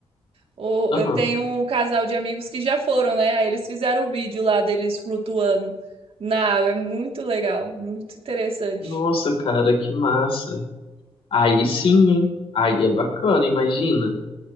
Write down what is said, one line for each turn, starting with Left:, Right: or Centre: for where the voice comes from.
Right: o,
Left: aham.
Right: eu tenho um casal de amigos que já foram, né? Aí eles fizeram o vídeo lá deles flutuando na água. É muito legal, muito interessante.
Left: Nossa, cara, que massa. Aí sim, hein? Aí é bacana, imagina.